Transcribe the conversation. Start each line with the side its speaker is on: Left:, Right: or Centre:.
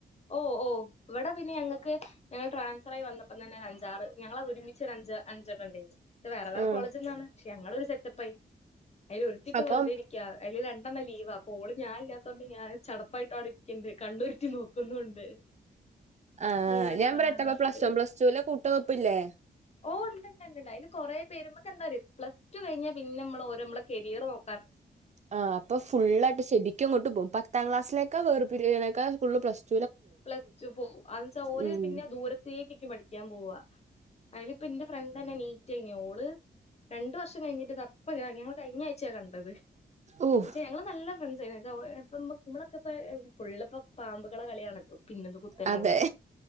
Left: ഓ ഓ ഇവിടെ പിന്നെ ഞങ്ങക്ക് ഞങ്ങൾ ട്രാൻസ്ഫർ ആയി വന്നപ്പ തന്നെ അഞ്ചാറ് ഞങ്ങള് ഒരുമിച്ച് അഞ്ച് അഞ്ചെണ്ണണ്ടേനി ഇത് വേറെ വേറെ
Right: ആഹ്
Left: കോളജ്ന്നാണ് പക്ഷ ഞങ്ങളൊരു സെറ്റപ്പായി അതിൽ ഒരുത്തിപ്പ
Right: അപ്പം
Left: വെറുതിരിക്ക അതില് രണ്ടെണ്ണം ലീവാ അപ്പോ ഓള് ഞാനില്ലാ തോണ്ട് ഞാൻ ചടപ്പായിട്ട് അവിടെ ഇരിക്കണ്ട് കണ്ണുരുട്ടി നോക്കുന്നുണ്ട്
Right: ആഹ്
Left: ഇങ്ങോട്ട്
Right: ഞാൻ
Left: വാന്ന്
Right: <unintelligible>
Left: പറഞ്ഞിട്ട്
Right: പ്ലസ്‌വൺ പ്ലസ് ടുവിലെ കൂട്ട്ന്നുപ്പില്ലേ
Left: ഓ ഉണ്ടണ്ട് അതില് കുറെ പേര് നമുക്ക് എന്താന്നറിയോ പ്ലസ്ടു കഴിഞ്ഞാ പിന്നെ നമ്മള് ഓരോ നമ്മളെ കരിയർ നോ
Right: ആഹ് അപ്പൊ ഫുള്ളായിട്ട് ശരി കൊങ്ങോട്ട പോകും പത്താം ക്ലസിലേക്കാ വേർ പിരിയണേക്കാൽ കൂടുതൽ പ്ലസ്ടു
Left: പ്ലസ്ടു പോകും എന്നുവെച്ചാൽ ഓര്
Right: ഉം
Left: പിന്നെ ദൂര തേകൊക്കെ പഠിക്കാൻ പോവാ അയിലിപ്പ ഇന്റെ ഫ്രണ്ട്ന്നെ അനീറ്റനി ഓള് രണ്ട് വർഷം കഴിഞ്ഞിട്ടതാപ്പത ഞങ്ങള് കഴിഞ്ഞ ആഴ്ചയാ കണ്ടത്
Right: ഓഹ്
Left: ഞങ്ങള് നല്ല ഫ്രണ്ട്സ് ആയിരുന്നു എന്നുവെച്ച നമ്മളൊക്കെ ഇപ്പ ഫുള്ള്പ്പ പാമ്പ് മക്കള കളിയണല്ലോ പിന്നൊന്നു കുത്തലാണല്ലോ
Right: അതെ